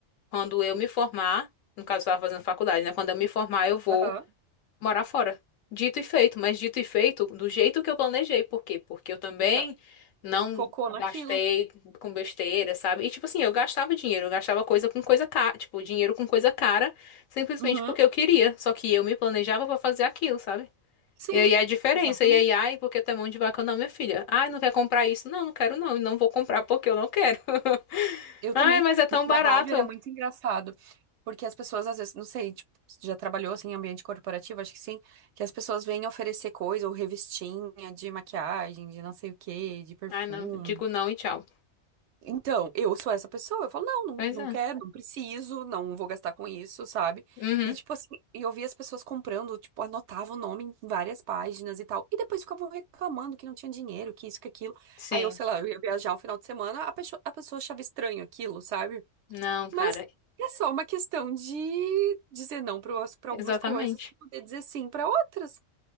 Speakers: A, on the left (about 80°); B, on the right (about 65°).
A: quando eu me formar, no caso, eu estava fazendo faculdade, né? Quando eu me formar, eu vou
B: Aham.
A: morar fora. Dito e feito, mas dito e feito do jeito que eu planejei. Por quê? Porque eu também
B: Exato.
A: não
B: Focou naquilo.
A: gastei com besteira, sabe? E tipo assim, eu gastava dinheiro, eu gastava coisa com coisa cara, tipo, dinheiro com coisa cara, simplesmente
B: Uhum.
A: porque eu queria. Só que eu me planejava pra fazer aquilo, sabe?
B: Sim,
A: E aí a diferença,
B: exatamente.
A: e aí, ai, porque tem mão de vaca, não, minha filha. Ai, não quer comprar isso? Não, não quero não, e não vou comprar porque eu não quero. <laughs>
B: Eu
A: Ai,
B: também,
A: mas é tão
B: no trabalho
A: barato.
B: era muito engraçado, porque as pessoas às vezes, não sei, tipo, se já trabalhou assim em ambiente corporativo, acho que sim, que as pessoas vêm oferecer coisa ou revistinha de maquiagem, de não sei o quê, de perfume.
A: Ai, não, digo não e tchau.
B: Então, eu sou essa pessoa. Eu falo, não, não,
A: Pois
B: não
A: é.
B: quero, não preciso, não vou gastar com isso, sabe?
A: Uhum,
B: E, tipo assim, eu via as pessoas comprando, tipo, anotava o nome em várias páginas e tal. E depois ficavam reclamando que não tinha dinheiro, que isso, que aquilo.
A: sim.
B: Aí eu, sei lá, eu ia viajar um final de semana, a pessoa, a pessoa achava estranho aquilo, sabe?
A: Não, cara,
B: Mas é só uma questão de dizer não para
A: exatamente.
B: algumas coisas, poder dizer sim para outras.